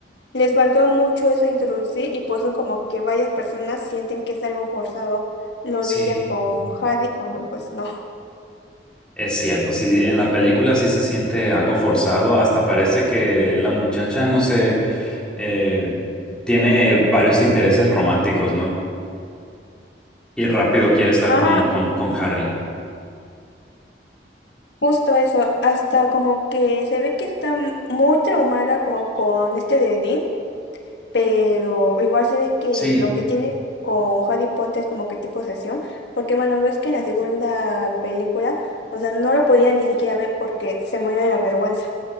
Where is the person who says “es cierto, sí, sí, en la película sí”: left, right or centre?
Centre